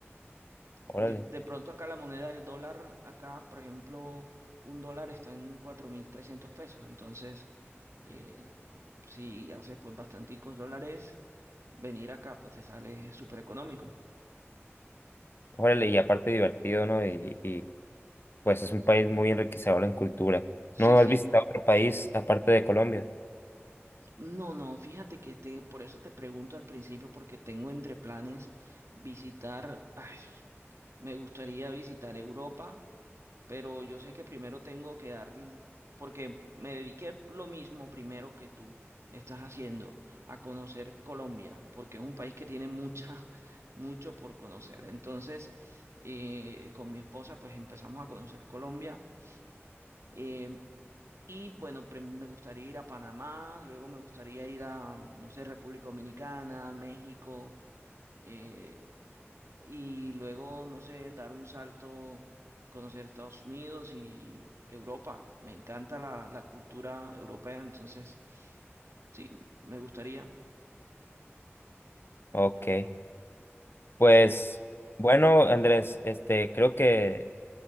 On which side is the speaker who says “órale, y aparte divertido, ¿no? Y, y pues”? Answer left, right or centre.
Left